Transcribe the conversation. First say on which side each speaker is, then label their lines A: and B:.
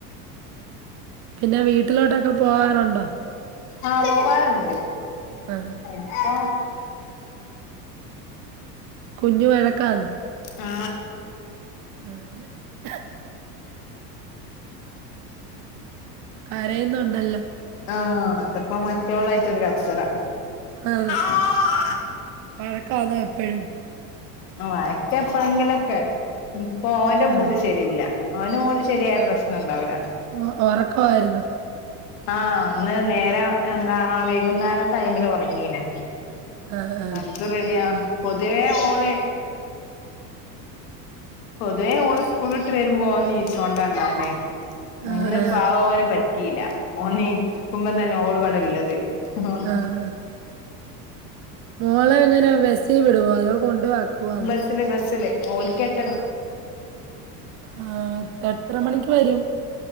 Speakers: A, on the right; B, on the left.
A: പിന്നെ വീട്ടിലോട്ടൊക്കെ പോവാറുണ്ടോ
B: ആ പോകാറുണ്ട്
A: ആ.
B: ഇപ്പൊ
A: കുഞ്ഞു വഴക്കന്ന്
B: ആ
A: ഉം കരയുന്നു ഉണ്ടല്ലോ
B: ആ അതപ്പ മറ്റേള്ളായിട്ടൊരു കച്ചറ
A: ആ
B: ആഹ്
A: വഴക്കാന്നാ എപ്പോഴും
B: ആഴക്കെപ്പങ്കിലൊക്കെ ഇപ്പോ ഓന്റെ
A: ഉം.
B: മൂട് ശരിയില്ല ഓനും കൂടി ശരിയായ പ്രശ്ന ഉണ്ടാവില്ല
A: ആ ഉറക്കവായിരുന്നോ
B: ആ അന്ന് നേരം എന്താ ആ വൈകുന്നേരം ടൈമില് ഉറങ്ങീല്ലേ
A: ആ ആ
B: അത് റെഡിയാ പൊതുവേ ഓളെ പൊതുവേ ഓള് സ്കൂളിട്ട് വരുമ്പോ ഓൻ നീച്ചോണ്ടാ ണ്ടാവല്
A: ആ
B: ഇന്ന്
A: ആ
B: പാ പോന് പറ്റിയില്ല ട്ടീല്ല ഓനേ കുമ്പം തന്ന ഓള്പടലില്ലത് ആഹ്
A: ആ ആ. മോളെ എങ്ങനെ ബസ്സിൽ വിടുവോ അതോ കൊണ്ടുവാക്കുവാന്നോ
B: ബസില് ബസ്സില് <unintelligible> ഉം
A: ആ, ആ, എത്ര മണിക്ക് വരും